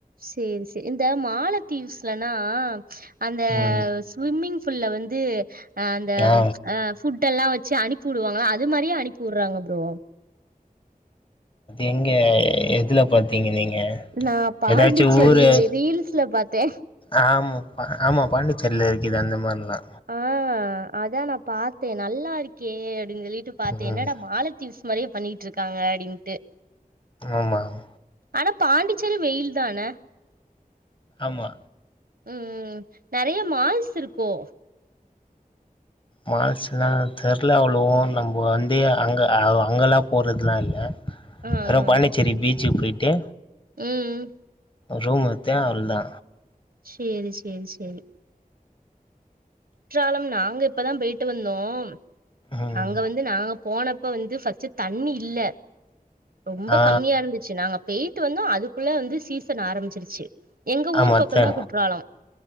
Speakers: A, on the right; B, on the left.
A: சேர் சேரி இந்த மாலத்தீவுஸ்லலா அந்த
B: ம்
A: ஸ்விம்மிங் ஃபுல்ல வந்து அந்த
B: ஆ
A: ஃபுட் எல்லா வச்சு அனுப்பி உடுவாங்கல அது மாரியே அனுப்பி உடுறாங்க ஃப்ரோ
B: எங்க எதுல பாத்தீங்க நீங்க
A: நா பாண்டிச்சேரி
B: ஏதாச்சு ஊரு
A: இந்த ரீல்ஸ்ல பாத்தே
B: ஆமா ஆமா பாண்டிச்சேரில இருக்குது அந்த மாரிலா
A: ஆ அதா நா பாத்தே நல்லா இருக்கே அப்டின்னு சொல்லிட்டு பாத்தேன்
B: ம்
A: என்னடா மாலத் த்திவ்ஸ் மாறியே பண்ணிட்டு இருக்காங்க அப்டின்னுட்டு
B: ஆமாங்க
A: ஆனா பாண்டிச்சேரி வெயில் தான்ல
B: ஆமா
A: ம் ம் நெறய மால்ஸ் இருக்கோ
B: மால்ஸ்லா தெர்ல அவ்ளோ நம்ப வந்து அங்க அங்கெலா போறதுலா இல்ல
A: ம்
B: நெறா பாண்டிச்சேரி பீச்சுக்கு போயி்ட்டு
A: ம்
B: ரூம் எத்து அவ்ல்தா
A: சேரி சேரி சேரி குற்றாலம் நாங்க இப்ப தா போயிட்டு வந்தோம்
B: ம்
A: அங்க வந்து நாங்க போனப்ப வந்து ஃபஸ்ட் தண்ணி இல்ல ரொம்ப
B: ஆ
A: கம்மியா இருந்துச்சு நாங்க போயிட்டு வந்தோ அதுக்குள்ள வந்து சீசன் ஆரம்பிச்சிருச்சு எங்க
B: ஆமா
A: ஊர் பக்கம்
B: தெ
A: தா குற்றாலம்